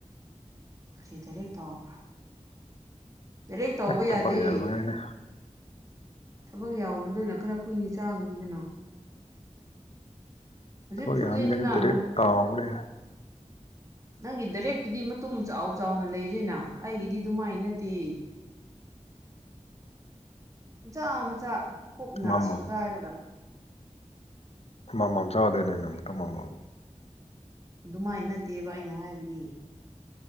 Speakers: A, on the right; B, on the left.
A: ꯀꯔꯤ ꯗꯥꯏꯔꯦꯛ ꯇꯥꯎꯕ꯭ꯔꯣ ꯔꯦꯛ ꯇꯧꯕ
B: ꯑꯁ ꯊꯕꯛ
A: ꯌꯥꯗꯦ
B: ꯌꯥꯝꯃꯒꯅꯦ
A: ꯊꯕꯛ ꯌꯥꯎꯕꯗꯨꯅ ꯈꯔ ꯀꯨꯏꯅ ꯆꯥꯒꯅꯤꯗꯅꯣ ꯍꯧꯖꯤꯛ
B: ꯊꯕꯛ
A: ꯐꯨꯠꯂꯤꯗꯅ
B: ꯌꯥꯝꯕꯒꯤꯅꯦ ꯗꯥꯏꯔꯦꯛ
A: ꯃꯨꯠ
B: ꯇꯥꯎꯕꯅꯦ
A: ꯅꯪꯒꯤ ꯗꯥꯏꯔꯦꯛꯇꯨꯗꯤ ꯃꯇꯨꯝ ꯆꯥꯎ ꯆꯥꯎꯅ ꯂꯩꯔꯦꯅ ꯑꯩꯒꯤꯗꯤ ꯑꯗꯨꯃꯥꯏꯅ ꯅꯠꯇꯦ ꯃꯆꯥ ꯃꯆꯥ ꯀꯨꯞꯅ
B: ꯑꯃꯃꯝ
A: ꯁꯦꯒꯥꯏꯔꯒ
B: ꯃꯃꯝ ꯆꯥꯗꯣꯏꯅꯦꯩꯅ ꯑꯃꯝꯛꯇ ꯃꯃꯝ
A: ꯑꯗꯨꯃꯥꯏꯅ ꯅꯠꯇꯦꯕ ꯑꯩꯅ ꯍꯥꯏꯕꯗꯤ